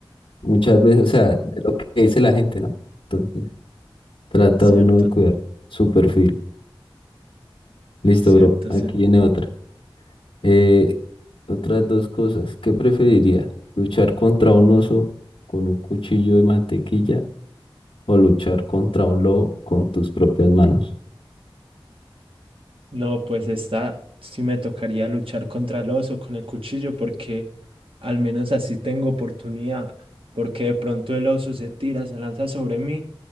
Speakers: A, on the left; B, on the right.
A: muchas veces,
B: Sí,
A: o sea,
B: sí,
A: de lo que dice la gente, ¿no? Entonces, trata
B: cierto,
A: uno de cuidar su perfil. Listo,
B: cierto,
A: bro, aquí
B: cierto.
A: viene otra. Eh, otras dos cosas. ¿Qué preferiría? ¿Luchar contra un oso con un cuchillo de mantequilla o luchar contra un lobo con tus propias manos?
B: No, pues esta sí me tocaría luchar contra el oso con el cuchillo porque al menos así tengo oportunidad, porque de pronto el oso se tira, se lanza sobre mí